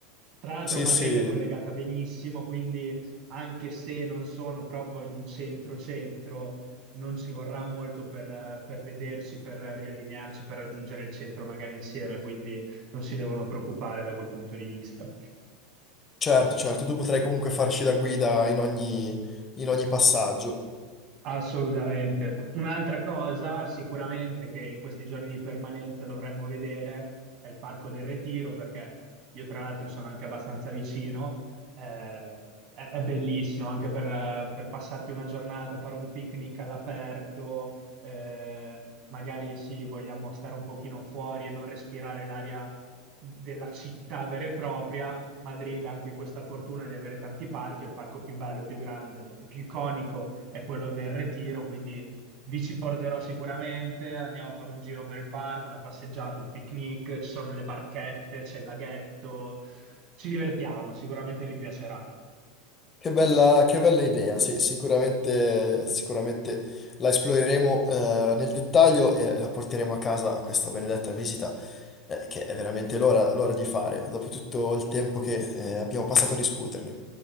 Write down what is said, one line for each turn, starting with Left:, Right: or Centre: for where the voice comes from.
Right: Tra l'altro
Left: Sì,
Right: Madrid
Left: sì.
Right: è collegata benissimo, quindi anche se non sono proprio in centro-centro, non ci vorrà molto per, eh, per vedersi, per riallinearci, per raggiungere il centro magari insieme, quindi non si devono preoccupare da quel punto di vista.
Left: Certo, certo, tu potrai comunque farci da guida in ogni, in ogni passaggio.
Right: Assolutamente. Un'altra cosa sicuramente che in questi giorni di permanenza dovremmo vedere è il Parco del Retiro, perché io tra l'altro sono anche abbastanza vicino. Eh, è, è bellissimo anche per, eh, per passarti una giornata, fare un picnic all'aperto, eh, magari sì, vogliamo stare un pochino fuori e non respirare l'aria della città vera e propria, Madrid ha anche questa fortuna di avere tanti parchi, il parco più bello e più grande e più iconico è quello del Retiro, quindi vi ci porterò sicuramente, andiamo a fare un giro per il parco, una passeggiata, un picnic, ci sono le barchette, c'è il laghetto, ci divertiamo, sicuramente vi piacerà.
Left: Che bella, che bella idea, sì, sicuramente, sicuramente la esploreremo eh, nel dettaglio e la porteremo a casa questa benedetta visita, eh, che è veramente l'ora l'ora di fare, dopo tutto il tempo che eh, abbiamo passato a discuterne.